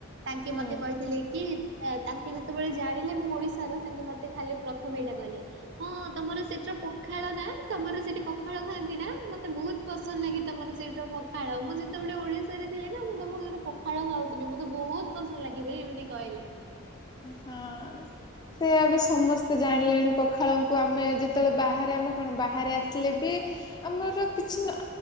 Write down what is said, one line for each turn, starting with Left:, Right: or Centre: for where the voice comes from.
Right: ତାଙ୍କେ
Left: ହୁଁ।
Right: ମତେ କହିଥିଲେ କି ତାଙ୍କେ ଯେ ସେତେବେଳେ ଜାଣିଲେ ମୁଁ ଓଡିଶାର ତାଙ୍କେ ମତେ ଖାଲି ପ୍ରଥମେ ଏଇଟା କହିଲେ ହଁ ତମର ସେଇ ଜୋ ପ ପଖାଳ ନା ତମର ସେଇଠି ପଖାଳ ଖାଆନ୍ତି ନା ମତେ ବହୁତ ପସନ୍ଦ ଲାଗେ ତମର ସେଇଠି ପଖାଳ ମୁଁ ଯେତେ ବେଳେ ଓଡିଶାରେ ଥିଲି ନା ମୁଁ ତମର ସେଠି ପଖାଳ ଖାଉଥିଲି ମତେ ବହୁତ ପସନ୍ଦ ଲାଗେ ବୋଲି ଏମିତି କହିଲେ।
Left: ହଁ ସେ ଏବେ ସମସ୍ତେ ଜାଣିଲେଣି ପଖାଳ କୁ ଆମେ ଯେତେବେଳେ ବାହାରେ ଆମେ କଣ ବାହାରେ ଆସିଲେ ବି ଆମର କିଛି ନା